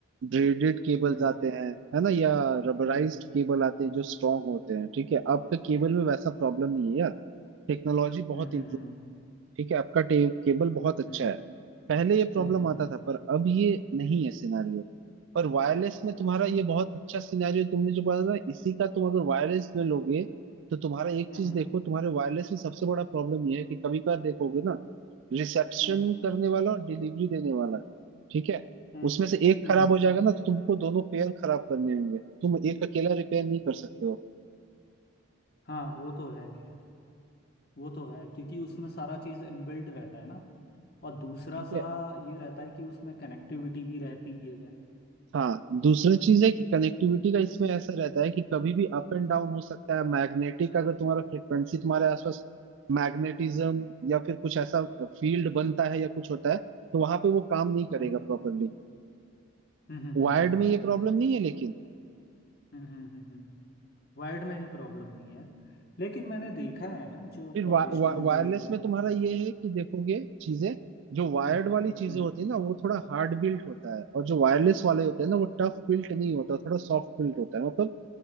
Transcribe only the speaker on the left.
हम्म
हम्म
हम्म
हम्म
हम्म
हम्म हम्म हम्म
हम्म
हम्म
हम्म,
हम्म,
हम्म,
हम्म,
हाँ वो तो है खैर वो तो है क्योंकि उसमें सारा चीज़ इनबिल्ट रहता है ना और दूसरा
सा
ये रहता है कि उसमें कनेक्टिविटी भी रहती है
हम्म
हम्म हम्म
हम्म हम्म
हम्म,
हम्म, हम्म, हम्म, हम्म, वायर्ड में ही प्रॉब्लम नहीं है लेकिन मैंने देखा है ना जो
प्रोफेशनल
जो यू
हम्म
हम्म